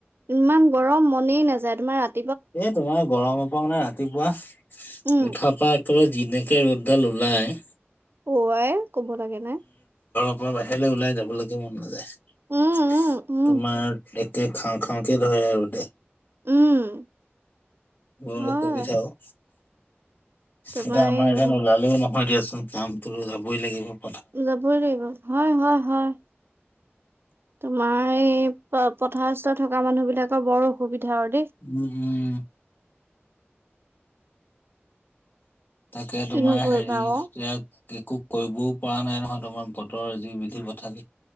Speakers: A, on the right; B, on the left.
A: ইমান গৰম মনেই নাযায় তোমাৰ ৰা
B: এ তোমাৰ গৰমৰ পৰা মানে ৰাতিপুৱা
A: উম,
B: উঠা পা তো যেনেকে ৰ'দডাল ওলাই
A: পোৱাই ক'ব লাগে নে
B: পোৱা বাহিৰলৈ ওলাই যাবলৈগে মন নাযায়
A: উম, উম, উম,
B: তোমাৰ কে খাওঁ খাওঁ কে ধৰে আৰু ৰদে
A: উম!
B: বৰ
A: হয়
B: অসুবিধাও
A: তোমাৰ
B: এতিয়া আমাৰ
A: এই
B: ৰদ
A: গ-
B: নোলালেও নহয় দিয়াচোন কামটো যাবই লাগিব।
A: যাবই লাগিব হয় হয় হয় তোমাৰ এই প পথাৰস্থ থকা মানুহ বিলাকৰ বৰ অসুবিধা আৰু দেই
B: উম তাকে
A: কিনো
B: তোমাৰ
A: কৰিবা
B: হেৰি
A: আকৌ
B: ইয়াত একো কৰিবও পৰা নাই নহয় তোমাৰ বতৰৰ যি বিধি পথালি